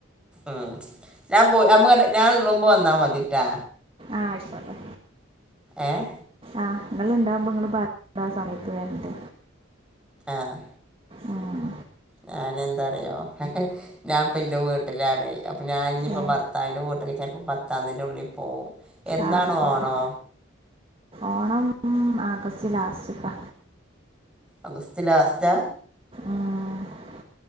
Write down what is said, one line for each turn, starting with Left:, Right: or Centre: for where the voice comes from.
Centre: ഉം.. ഞാൻ പോയി നമ്മക്ക് ഞാനുള്ളുമ്പോ വന്നാ മതി ട്ടാ
Right: ആ ആയിക്കോട്ടെ
Centre: ഏഹ്
Right: ആഹ്, ങ്ങള് ണ്ടാവുമ്പോ ങ്ങള് പ ആ സമത്ത് വരണ്ട്
Centre: ആഹ്
Right: ഉം,
Centre: ഞാനെന്താറിയോ ഞാപ്പൻ്റെ വീട്ടിലാണ് അപ്പം ഞാൻ ഞ്ഞിപ്പോ
Right: ഏ
Centre: ഭർത്താവിൻ്റെ വീട്ട്ക്ക് ചെൽപ്പം പത്താംതിൻ്റെള്ളിൽ പോവും എന്നാണ്
Right: ആ ആയിക്കോട്ടെ.
Centre: ഓണോ
Right: ഓണം ആഗസ്റ്റ് ലാസ്റ്റ്ക്കാ
Centre: അഗസ്റ്റ് ലാസ്റ്റാ
Right: ആ ആഹ് <inaudible>